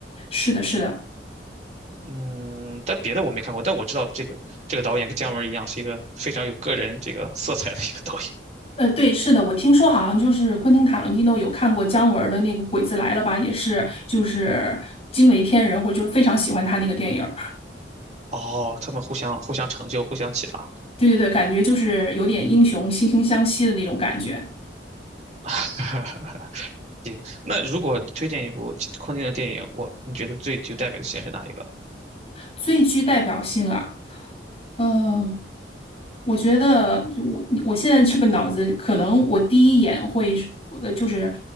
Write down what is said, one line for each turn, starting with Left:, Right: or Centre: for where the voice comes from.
Left: 是的，是的，
Right: 嗯，但别的我没看过，但我知道这个这个导演跟姜文一样，是一个非常有个人这个色彩的一个导演。
Left: 呃，对，是的，我听说好像就是昆汀塔伦蒂诺有看过姜文儿的那个《鬼子来了》吧，也是就是惊为天人，或者就是非常喜欢他那个电影儿
Right: 哦，他们互相互相成就，互相启发。
Left: 对对对，感觉就是有点英雄惺惺相惜的那种感觉。
Right: <laughs> 那如果推荐一部空汀的电影，我你觉得最具代表性是哪一个？
Left: 最具代表性啊，呃，我觉得就我我现在这个脑子，可能我第一眼会是呃，就是